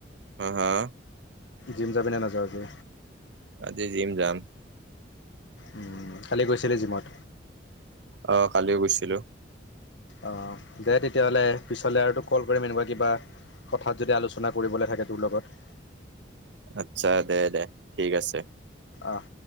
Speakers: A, on the right (about 75°); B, on the left (about 80°).
A: হা- হা
B: জিম যাবিনে নাযাৱ আজি?
A: আজি জিম যাম।
B: উম কালি গৈছিলি জিমত
A: অহ কালিও গৈছিলো
B: অ দে তেতিয়াহ'লে পিছলৈ আৰু তোক কল কৰিম এনেকুৱা কিবা কথাত যদি আলোচনা কৰিবলে থাকে তোৰ লগত
A: আচ্ছা দে দে ঠিক আছে
B: আহ